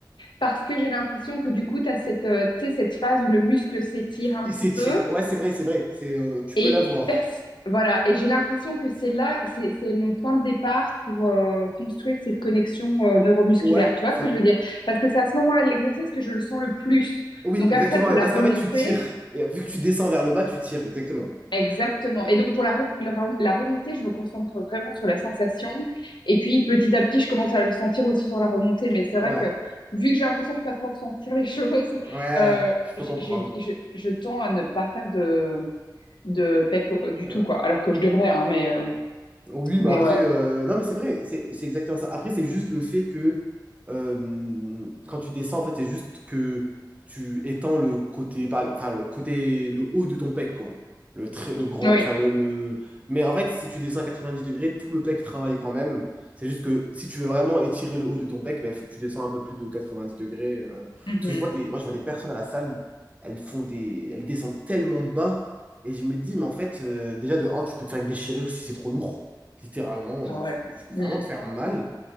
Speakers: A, on the left; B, on the right.
A: parce que j'ai l'impression que du coup t'as cette, euh, tu sais, cette phase où le muscle s'étire un
B: C'est
A: petit
B: c'est
A: peu
B: tiré. Ouais, c'est vrai, c'est vrai. C'est, euh, tu
A: Et
B: peux l'avoir.
A: pers- voilà, et j'ai l'impression que c'est là, c'est c'est mon point de départ pour euh, construire cette connexion euh, neuromusculaire.
B: Ouais,
A: Tu vois
B: ça...
A: ce que je veux dire? Parce que c'est à ce moment-là de l'exercice que je le sens le plus.
B: Oui,
A: Donc
B: exactement.
A: après, pour
B: Et
A: la
B: parce
A: remontée,
B: qu'en fait, tu tires. Et vu que tu descends vers le bas, tu tires, exactement.
A: exactement.
B: Ouais,
A: Et donc pour la, re- la re- la remontée, je me concentre vraiment sur la sensation. Et puis petit à petit, je commence à le sentir aussi sur la remontée. Mais c'est
B: ouais,
A: vrai que vu que j'ai l'impression de pas trop ressentir les <laughs> choses,
B: ouais, ouais,
A: euh,
B: je peux
A: j'ai,
B: comprendre.
A: j'ai- je, je tends à ne pas faire de de PEC au- du
B: Ouais.
A: tout, quoi. Alors que je devrais, hein, mais euh,
B: Oui,
A: Mais
B: mais après,
A: ouais.
B: euh, non, mais c'est vrai, c'est c'est exactement ça. Après, c'est juste le fait que euh, quand tu descends, en fait, c'est juste que tu étends le côté, par- enfin, le côté, le haut de ton pec, quoi. Le très, le gros,
A: Oui.
B: enfin, le, le- Mais en fait, si tu descends à 90 degrés, tout le pec travaille quand même. C'est juste que si tu veux vraiment étirer le haut de ton pec, ben, il faut que tu descends un peu plus de 90 degrés. euh.
A: Mhm.
B: Parce que je vois des, moi, je vois des personnes à la salle, elles font des, elles descendent tellement bas. Et je me dis, mais en fait, euh, déjà de un tu peux te faire une déchirure si c'est trop lourd littéralement,
A: Ah
B: euh,
A: ouais.
B: je- tu peux vraiment
A: Mm.
B: te faire mal.